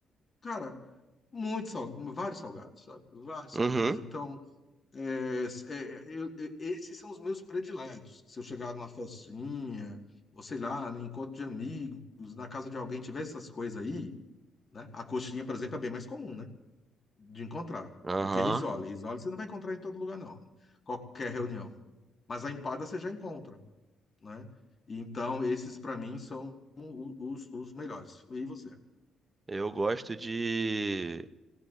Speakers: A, on the left (about 35°); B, on the right (about 25°).
A: cara, muito sal, vários salgados, sabe? Vários
B: Uhum.
A: salgados. Então, é, é, eu- é, esses são os meus prediletos. Se eu chegar numa festinha, ou sei lá, no encontro de amigos, na casa de alguém, tiver essas coisas aí, né? A coxinha, por exemplo, é bem mais comum, né? De encontrar
B: Aham.
A: do que risole. Risole você não vai encontrar em todo lugar, não. Qualquer reunião. Mas a empada você já encontra, né? Então, esses para mim são o- os, os melhores. E você?
B: Eu gosto de.